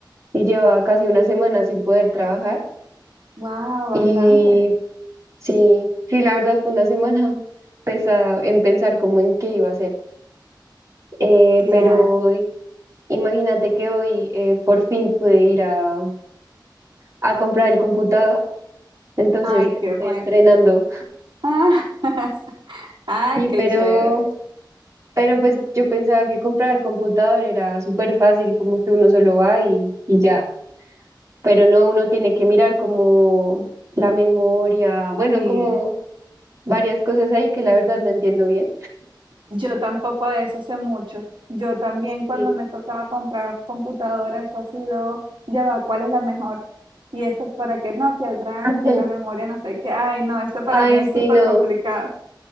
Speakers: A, on the right; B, on the right.
A: Y llevaba casi una semana sin poder trabajar.
B: wow, bastante,
A: Y sí, sí, la verdad fue una semana <laughs> pesada en pensar cómo en qué iba a hacer. Eh,
B: claro.
A: pero Imagínate que hoy eh, por fin pude ir a, a comprar el computador, entonces
B: Ay,
A: estoy
B: qué bueno.
A: estrenando.
B: Ah, <laughs> ah,
A: Sí,
B: qué
A: pero,
B: chévere.
A: pero pues yo pensaba que comprar computador era súper fácil, como que uno solo va y, y ya. Pero no, uno tiene que mirar como la memoria, bueno,
B: Sí,
A: como varias cosas ahí que la verdad no entiendo bien.
B: yo tampoco de eso sé mucho. Yo también
A: Sí.
B: cuando me tocaba comprar una computadora, eso ha sido, ya va, ¿cuál es la mejor? Y esto para qué no, que el RAM,
A: <laughs>
B: que la memoria, no sé qué. Ay, no, eso para
A: Ay,
B: mí es
A: sí,
B: súper
A: no,
B: complicado.